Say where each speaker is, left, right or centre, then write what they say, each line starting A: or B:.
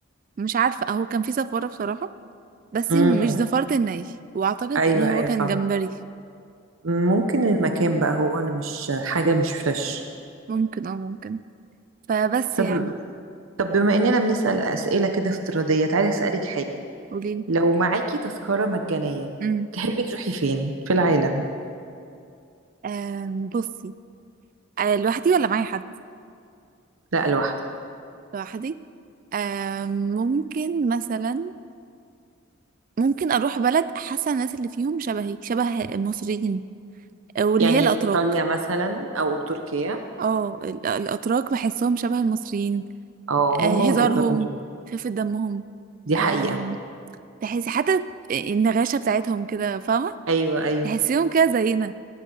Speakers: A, on the right; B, on the right.
A: مش عارفه هو كان فيه زفاره بصراحه بس
B: امم
A: مش زفاره الني واعتقد
B: ايوه
A: ان هو
B: ايوه
A: كان
B: فاهم
A: جمبري
B: ممكن المكان بقى هو اللي مش حاجه مش فريش
A: ممكن اه ممكن فبس
B: طب
A: يعني
B: طب بما اننا بنسال اسئله كده افتراضيه تعالي اسالك حاجه
A: قوليلي
B: لو معاكي تذكره مجانيه
A: امم
B: تحبي تروحي فين في العالم
A: آم، بصي آه، لوحدي ولا معايا حد
B: لا لوحدك
A: لوحدي آم، ممكن مثلا ممكن اروح بلد حاسه الناس اللي فيهم شبهي شبه المصريين آه، واللي
B: يعني
A: هي الاتراك
B: ايطاليا مثلا او تركيا
A: اه ال- الاتراك بحسهم شبه المصريين
B: اه
A: آه،
B: هما
A: هزارهم
B: والايطاليين
A: خفه دمهم
B: دي
A: آم،
B: حقيقه
A: تحسي حتى النغاشه بتاعتهم كده فاهمه
B: أيوه، أيوه،
A: تحسيهم كده زينا